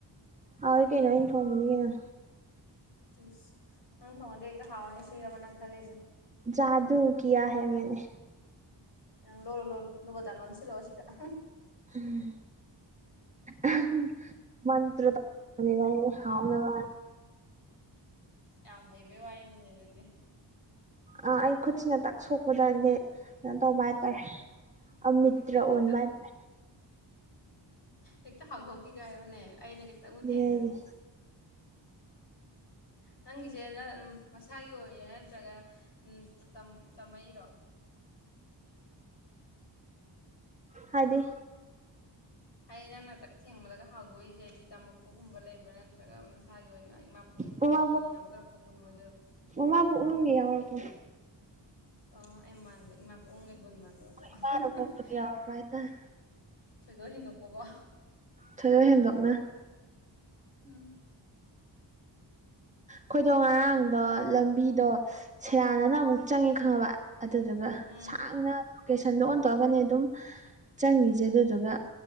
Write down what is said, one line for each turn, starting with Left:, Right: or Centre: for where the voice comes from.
Right: ꯍꯥꯎꯋꯤ ꯀꯩꯅꯣ ꯑꯩꯅ ꯊꯣꯡꯕꯅꯤ ꯀꯩꯅꯣ
Left: ꯏꯁ ꯅꯪ ꯊꯣꯡꯉꯗꯤ ꯍꯦꯛꯇ ꯍꯥꯎꯔꯅꯤ ꯁꯤꯔꯕ ꯅꯪ ꯈꯜꯂꯤꯖꯦ
Right: ꯖꯥꯗꯨ ꯀꯤꯌꯥ ꯍꯦ ꯃꯦꯅꯦ
Left: ꯑꯪ ꯂꯣꯜꯂꯨ ꯂꯣꯜꯂꯨ ꯗꯨꯒ ꯇꯥꯟ ꯂꯣꯟꯁꯤꯜꯂꯛꯑꯣ ꯁꯤꯗ ꯑꯍꯥ
Right: ꯎꯝ ꯑꯍꯝ ꯃꯟꯇ꯭ꯔ ꯇꯧ ꯕꯅꯦꯕ ꯑꯩꯅ ꯍꯥꯎꯅꯕꯅ
Left: ꯌꯥꯝ ꯍꯩꯕꯩ ꯋꯥꯅꯤꯅꯦ ꯑꯗꯨꯗꯤ
Right: ꯑ ꯑꯩ ꯈꯨꯠꯁꯤꯅ ꯇꯛꯁ ꯁꯣꯛꯄꯗꯅꯦ ꯀꯩꯅꯣ ꯇꯧꯕ ꯍꯥꯏꯇꯥꯔꯦ ꯑꯝꯃꯤꯇ꯭ꯔ
Left: ꯍꯦꯛꯇ
Right: ꯑꯣꯟꯕ
Left: ꯍꯦꯛꯇ
Right: ꯍꯥꯏ ꯇꯥꯌꯦ
Left: ꯍꯦꯛꯇ ꯍꯥꯎꯊꯣꯛꯈꯤ ꯒꯥꯏ ꯍꯥꯏꯌꯨꯅꯦ ꯑꯩꯅ ꯈꯤꯇꯪꯕꯨ
Right: ꯑꯗꯨꯅꯦ
Left: ꯊꯦꯡꯒ꯭ꯔꯗꯤ
Right: ꯍꯥꯏꯁꯦ
Left: ꯅꯪꯒꯤꯁꯦ ꯅꯪ ꯑꯝ ꯃꯁꯥꯒꯤ ꯑꯣꯏꯔꯤꯔꯥ ꯅꯠꯇ꯭ꯔꯒ ꯎꯝ ꯇꯝ ꯇꯝꯃꯛꯏꯔꯣ
Right: ꯍꯥꯏꯗꯤ
Left: ꯍꯥꯏꯗꯤ ꯅꯪꯅ ꯇꯛ ꯊꯦꯡꯕꯗꯒ ꯍꯥꯎꯗꯣꯛꯏꯖꯦ ꯗꯤ ꯇꯝꯃꯛꯄꯒꯨꯝꯕ ꯂꯩ ꯕ꯭ꯔ ꯅꯠꯇ꯭ꯔꯒ ꯃꯁꯥꯒꯤ ꯑꯣꯏꯅ ꯏꯃꯥ ꯄꯨꯛꯅꯨꯡꯗꯒꯤ
Right: ꯃꯃꯥ
Left: ꯌꯥꯎꯖꯔꯛꯄ ꯒꯨꯟ ꯑꯣꯏꯗꯣꯔꯣ
Right: ꯏꯃꯥ ꯄꯨꯛꯅꯨꯡꯒꯤ ꯌꯥꯎꯔꯛꯄꯅꯦ
Left: ꯑꯣ ꯑꯩ ꯃꯥꯟꯕ ꯏꯃꯥ ꯄꯣꯛꯅꯨꯡꯒꯤ ꯒꯨꯟ ꯃꯥꯟꯅꯕꯗꯣ
Right: ꯏꯃꯥꯅ
Left: ꯑꯍ ꯍ
Right: ꯄꯣꯛꯄꯗ
Left: <inaudible>
Right: ꯌꯥꯎꯔꯛꯄ ꯍꯥꯏꯇꯥꯔꯦ
Left: ꯊꯣꯏꯗꯣꯛ ꯍꯦꯟꯗꯣꯛꯄꯒꯣ
Right: ꯊꯣꯏꯗꯣꯛ ꯍꯦꯟꯗꯣꯛꯅ
Left: ꯎꯝ
Right: ꯈꯣꯏꯗꯣ ꯉꯔꯥꯡꯗꯣ ꯂꯝꯕꯤꯗꯣ ꯁꯦꯔꯥꯟꯅꯅ ꯑꯃꯨꯛ ꯆꯪꯉꯦ ꯈꯪꯉꯕꯥ ꯑꯗꯨꯗꯨꯒ
Left: ꯎꯝ
Right: ꯁꯥꯡꯅ ꯀꯦꯁꯟꯗꯣ ꯑꯣꯟ ꯇꯧꯑꯒꯅꯦ ꯑꯗꯨꯝ ꯆꯪꯉꯤꯁꯦ ꯑꯗꯨꯗꯨꯒ